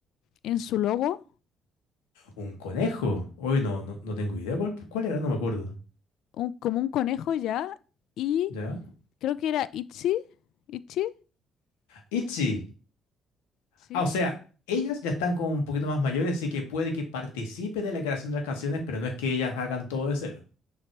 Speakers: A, on the left; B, on the left.
A: en su logo,
B: Un conejo. Hoy no, no, no tengo idea cuál, cuál era, no me acuerdo.
A: un, como un conejo ya, y
B: ¿Ya?
A: creo que era Itzy, Itchy,
B: Itzy.
A: ¿sí?
B: Ah, o sea, ellas ya están como un poquito más mayores, así que puede que participen en la creación de las canciones, pero no es que ellas hagan todo de cero.